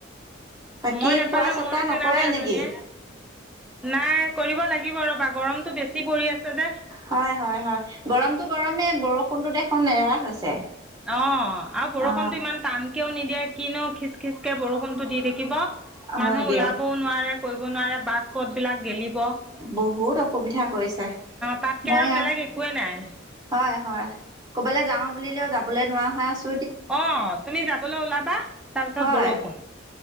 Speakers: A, on the right; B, in the centre.
A: বাকী
B: মই নেপালেও
A: ফুৰা-চকা
B: মোৰ নিচিনাতো
A: নকৰে
B: এজনীয়ে
A: নেকি?
B: নাই কৰিব লাগিব ৰ'বা। গৰমতটো বেছি পৰি আছে যে
A: হয়, হয়, হয়। গৰমতো গৰমে বৰষুণটো দেখোন নেৰাই হৈছে।
B: অ', আৰু বৰষুণতো
A: অ
B: ইমান টানকেও নিদিয়ে কিনো খিচ-খিচকে বৰষুণটো দি থাকিব। মানুহ
A: হয় দিয়ক
B: ওলাবও নোৱাৰে কৰিবও নোৱাৰে। বাট-পথ বিলাক গেলিব। অ'
A: বহুত অসুবিধা কৰিছে।
B: তাতকে
A: মই
B: আৰু
A: এয়া,
B: বেলেগ একোৱেই নাই।
A: হয়, হয়। ক'ৰবালৈ যাওঁ বুলিলেও যাবলৈ নোৱাৰা হৈ আছ
B: অ', তুমি যাবলৈ ওলাবা, তাৰপিছত
A: হয়
B: বৰষুণ।